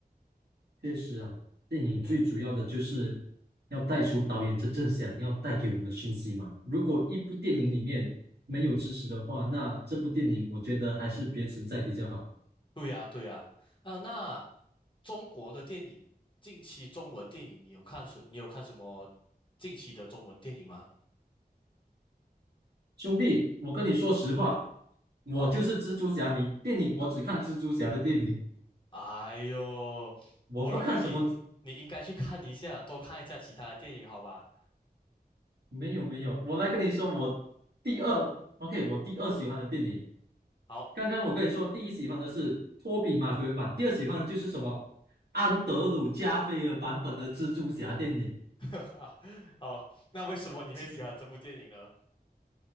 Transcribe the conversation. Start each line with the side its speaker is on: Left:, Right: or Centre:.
Right: 确实啊，电影最主要的就是
Left: 嗯，
Right: 要带出导演真正想要带给我们的讯息嘛。如果一部电影里面没有知识的话，那这部电影我觉得还是别存在比较好。
Left: 对呀，对呀。啊，那中国的电影，近期中文电影，你有看什？你有看什么近期的中文电影吗？
Right: 兄弟，我跟你说实话，我就是蜘蛛侠迷，
Left: 好，
Right: 电影我只看蜘蛛侠的电影。
Left: 哎呦，
Right: 我不看什么，
Left: 我认为你你应该去看一下，多看一下其他的电影，好吧？
Right: 没有没有，我来跟你说，我第二，OK，我第二喜欢的电影，
Left: 好，
Right: 刚刚我跟你说，第一喜欢的是托比马奎尔版，第二喜欢的就是什么安德鲁加菲尔版本的蜘蛛侠电影，
Left: <laughs> 好，那为什么你会喜欢这部电影呢？
Right: 蜘